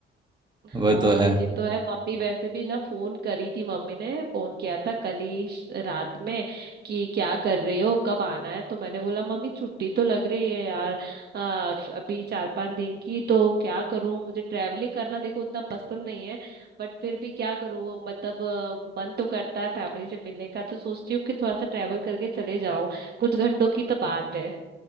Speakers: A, on the right; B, on the right.
A: हाँ
B: वो तो है
A: ये तो है मम्मी वैसे भी ना फोन करी थी मम्मी ने फोन किया था कल ही श- रात में कि क्या कर रहे हो कब आना है तो मैंने बोला मम्मी छुट्टी तो लग रही है यार आ, अभी चार पांच दिन की तो क्या करूँ मुझे ट्रैवलिंग करना देखो उतना पसंद नहीं है बट फिर भी क्या करूँ मतलब अ, मन तो करता है फैमिली से मिलने का तो सोचती हूँ कि थोड़ा सा ट्रैवल करके चले जाऊं कुछ घंटों की तो बात है